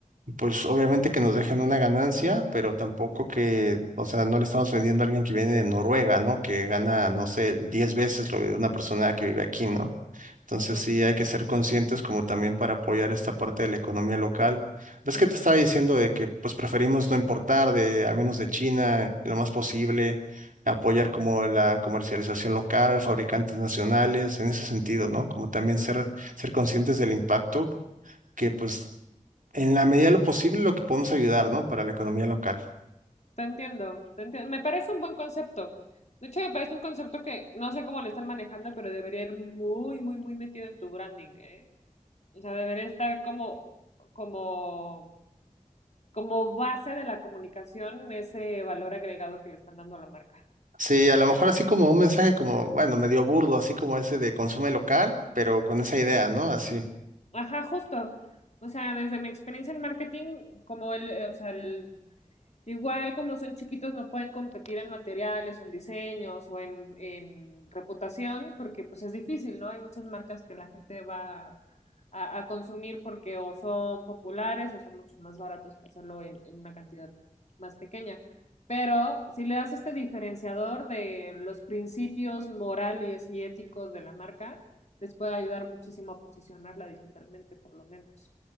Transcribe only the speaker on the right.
pues obviamente que nos dejen una ganancia, pero tampoco que, o sea, no le estamos vendiendo a alguien que viene de Noruega, ¿no? Que gana, no sé, 10 veces lo de una persona que vive aquí, ¿no? Entonces
sí hay que ser conscientes como también para apoyar esta parte de la economía local. ¿Ves
que te estaba diciendo de que pues preferimos no importar de, al menos de China, lo más posible, apoyar como la comercialización local, fabricantes nacionales, en ese sentido, ¿no? Como también
ser, ser conscientes del impacto que pues en la medida de lo posible, lo que podemos ayudar, ¿no? Para la economía local.
Sí, a lo mejor así como un mensaje como, bueno, medio burdo, así como ese de consume local, pero con esa idea, ¿no? Así.